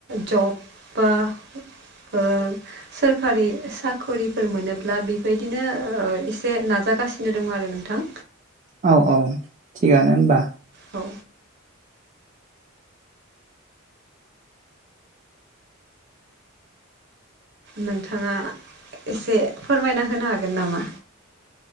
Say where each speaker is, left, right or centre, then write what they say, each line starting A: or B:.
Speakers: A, on the right (about 55°); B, on the right (about 35°).
A: जब बा ओ सोरखारि साखरिफोर मोनोब्ला बेबायदिनो एसे नाजागासिनो दं आरो नोंथां
B: औ औ थिगानो होमबा
A: औ नोंथाङा एसे फोरमायना होनो हागोन नामा